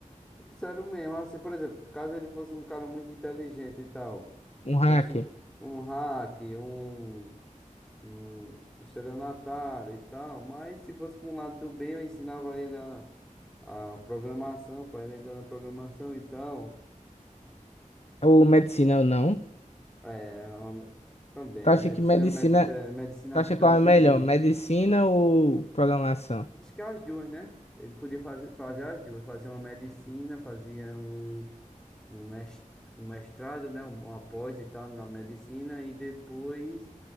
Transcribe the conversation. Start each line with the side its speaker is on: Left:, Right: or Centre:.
Centre: Sério mesmo, assim, por exemplo, caso ele fosse um cara muito inteligente e tal,
Left: um
Centre: consi-
Left: hacker?
Centre: um hack, um, um estelionatário e tal, mas se fosse para um lado do bem, eu ensinava ele a, a programação, para ele entrar na programação e tal.
Left: Ou medicina ou não?
Centre: É, uma me- também,
Left: Tu acha
Centre: né? Medicina,
Left: que medicina.
Centre: medicina, eh, medicina
Left: Tu
Centre: acho
Left: acha
Centre: que dá
Left: qual
Centre: um
Left: é
Centre: dinheiro.
Left: melhor? Medicina ou programação?
Centre: Acho que é as duas, né? Ele podia fazer, fazer as duas, fazia uma medicina, fazia um. um mes- um mestrado, né, um- uma pós e tal na medicina e depois